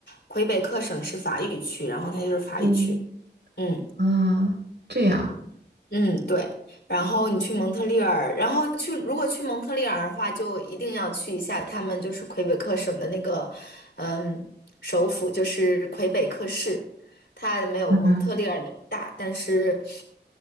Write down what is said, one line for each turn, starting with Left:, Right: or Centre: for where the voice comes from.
Left: 魁北克省是法语区，然后它就是法语区。
Right: 嗯
Left: 嗯。
Right: 啊，这样，
Left: 嗯，对。然后你去蒙特利尔，然后去，如果去蒙特利尔的话，就一定要去一下他们就是魁北克省的那个，嗯，首府就是魁北克市，它没有蒙特利尔那么大，
Right: 嗯，
Left: 但是，